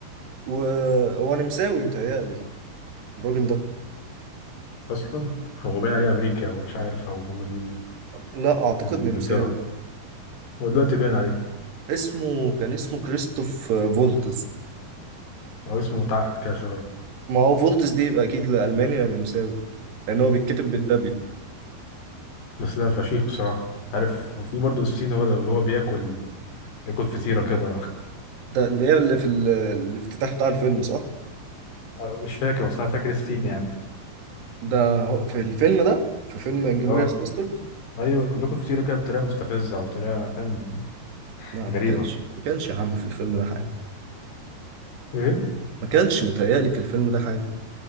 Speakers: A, on the right; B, on the left.
A: وهو نمساوي متهيألي الراجل ده
B: اصلا هو باين عليه امريكا او مش عارف او من
A: لا اعتقد
B: من انجلترا
A: نمساوي
B: هو دلوقتي باين عليه
A: اسمه كان اسمه كريستوف فولتز
B: هو اسمه متعقد كده شويه
A: ما هو فولتز دي يبقى اكيد لالماني أو نمساوي لان هو بيتكتب بالدبليو
B: بس لا فشيخ بصراحة عارف في برضه الصين هو هو بياكل بياكل فطيرة كده <laughs>
A: ده اللي هي اللي في ال- الافتتاح بتاع الفيلم صح
B: أه، مش فاكر بس أنا فاكر الصين يعني
A: ده هو- في الفيلم ده في فيلم انجلوريوس
B: اه
A: باستردز
B: أيوه كان بياكل فطيرة كده بطريقة مستفزة أو طريقة فاهم
A: لا
B: غريبة
A: ما كانش ما كانش يا عم في الفيلم ده حاجه
B: إيه
A: ما كانش متهيألي في الفيلم ده حاجه